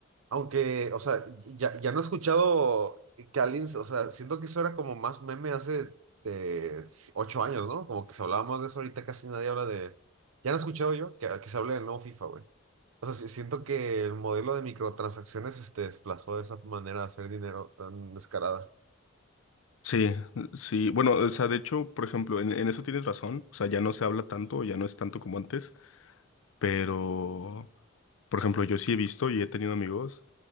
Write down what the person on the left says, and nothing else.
Sí, sí. Bueno, o sea, de hecho, por ejemplo, en, en eso tienes razón. O sea, ya no se habla tanto, ya no es tanto como antes, pero, por ejemplo, yo sí he visto y he tenido amigos